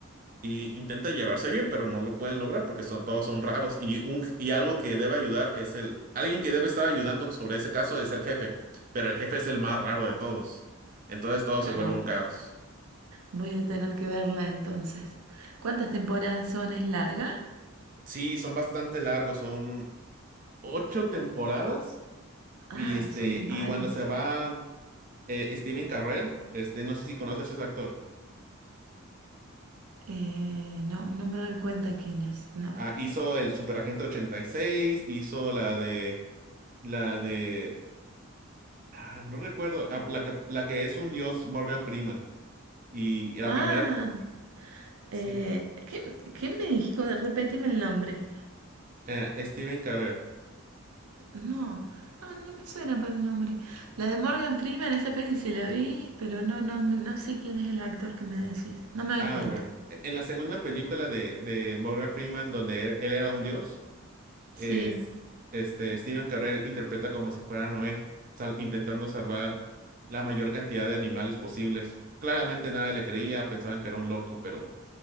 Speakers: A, on the right (about 40°); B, on the right (about 85°).
A: y intentan llevarse bien, pero no lo pueden lograr porque son, todos son raros. Y, un, y algo que debe ayudar es el... Alguien que debe estar ayudando pues, sobre ese caso es el jefe, pero el jefe es el más raro de todos. Entonces todo
B: Ah,
A: se vuelve un
B: bu-
A: caos.
B: voy a tener que verla entonces. ¿Cuántas temporadas son? ¿Es larga?
A: Sí, son bastante largos, son ocho temporadas
B: Ah,
A: y este
B: son
A: y
B: varias.
A: cuando se va eh, Steven Carrell, este no sé si conoces a ese actor.
B: Eh, no, no me doy cuenta quién es, no.
A: Ah, hizo el Superagente ochenta y seis hizo la de la de Ah, no recuerdo. Ah, la que, la que es un dios, Morgan Freeman. Y la
B: Ah,
A: primera,
B: eh,
A: sí,
B: ¿qué, qué me dijo? Repetime el nombre.
A: eh, Steven Carell.
B: No, no, no me suena por el nombre. La de Morgan Freeman, esa peli se la vi, pero no, no, me- no sé quién es el actor que me decís. No me
A: Ah,
B: doy cuenta.
A: bueno. E- En la segunda película de, de Morgan Freeman, donde él, él era un dios,
B: Sí,
A: es, este, Steven Carell interpreta como si fuera Noé, sal- intentando salvar la mayor cantidad de animales posibles. Claramente nada le creía, pensaban que era un loco, pero,